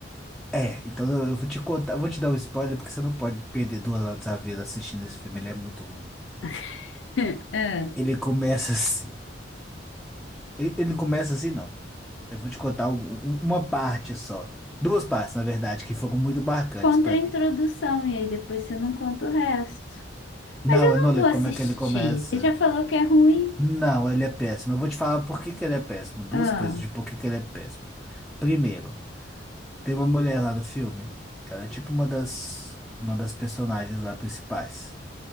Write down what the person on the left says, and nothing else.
<laughs> Ah,
Contra
a introdução,
e aí depois você não conta o resto.
Mas eu
não
vou assistir.
Você já falou que é ruim?
Ah,